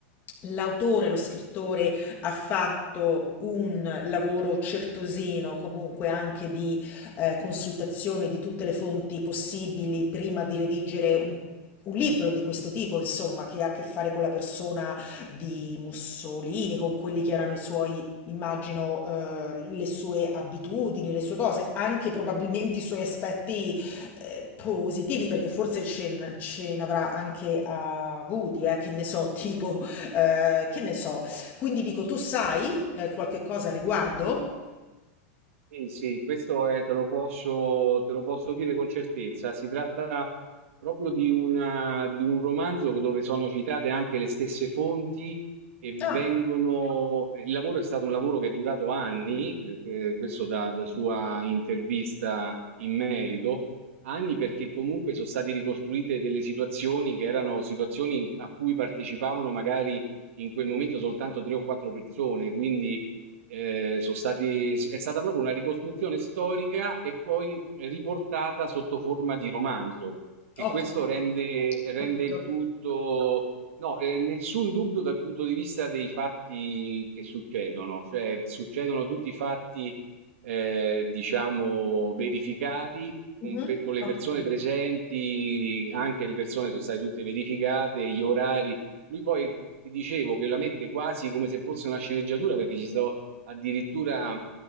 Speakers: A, on the left (about 25°); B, on the right (about 75°).
A: l'autore, lo scrittore ha fatto un lavoro certosino, comunque anche di eh, consultazione di tutte le fonti possibili prima di redigere un un libro di questo tipo, insomma, che ha a che fare con la persona di Mussolini, con quelli che erano i suoi, immagino, eh, le sue abitudini, le sue cose, anche probabilmente i suoi aspetti eh, positivi, perché forse ce, n- ce ne avrà anche avuti, eh, che ne so, <laughs> tipo, eh, che ne so. Quindi dico, tu sai eh, qualche cosa a riguardo?
B: Sì, sì, questo è te lo posso te lo posso dire con certezza. Si tratta proprio di una di un romanzo dove sono citate anche le stesse fonti e vengono...
A: Ah.
B: Il lavoro è stato un lavoro che è durato anni, eh, eh, questo da, da sua intervista in merito, anni perché comunque sono state ricostruite delle situazioni che erano situazioni a cui partecipavano magari in quel momento soltanto tre o quattro persone, quindi eh, sono stati, è stata proprio una ricostruzione storica e poi riportata sotto forma di romanzo. E
A: Ho
B: questo
A: capito,
B: rende,
A: ho
B: rende
A: capito.
B: il tutto, no, eh, nessun dubbio dal punto di vista dei fatti che succedono, cioè succedono tutti i fatti, eh, diciamo, verificati con,
A: Mh-mh.
B: pe- con le
A: Ho
B: persone
A: capito.
B: presenti, anche le persone sono state tutte verificate, gli orari. Lui poi ti dicevo che la mette quasi come se fosse una sceneggiatura perché ci sono addirittura